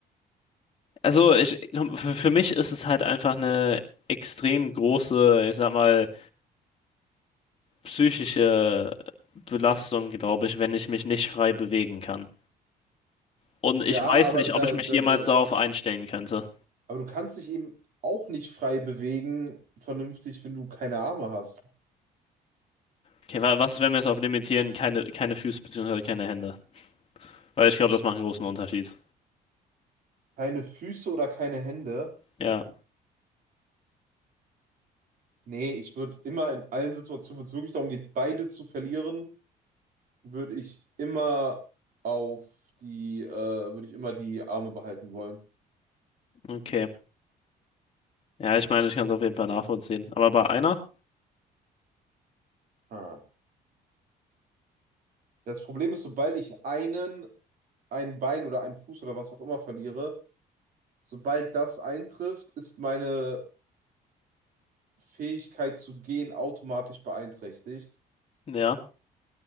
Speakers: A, on the left; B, on the right.
A: Also ich, für mich ist es halt einfach eine extrem große, ich sag mal, psychische Belastung, glaube ich, wenn ich mich nicht frei bewegen kann. Und
B: Ja,
A: ich weiß
B: aber
A: nicht,
B: da,
A: ob ich mich
B: da,
A: jemals
B: da,
A: darauf einstellen könnte.
B: aber du kannst dich eben auch nicht frei bewegen, vernünftig, wenn du keine Arme hast.
A: Okay, wa- was, wenn wir es auf limitieren? Keine, keine Füße beziehungsweise keine Hände. Weil ich glaube, das macht einen großen Unterschied.
B: Keine Füße oder keine Hände.
A: Ja,
B: Nee, ich würde immer in allen Situationen, wenn es wirklich darum geht, beide zu verlieren, würde ich immer auf die, äh, würde ich immer die Arme behalten wollen.
A: okay. Ja, ich meine, ich kann es auf jeden Fall nachvollziehen. Aber bei einer?
B: Ah. Das Problem ist, sobald ich einen, ein Bein oder einen Fuß oder was auch immer verliere, sobald das eintrifft, ist meine Fähigkeit zu gehen automatisch beeinträchtigt.
A: Ja.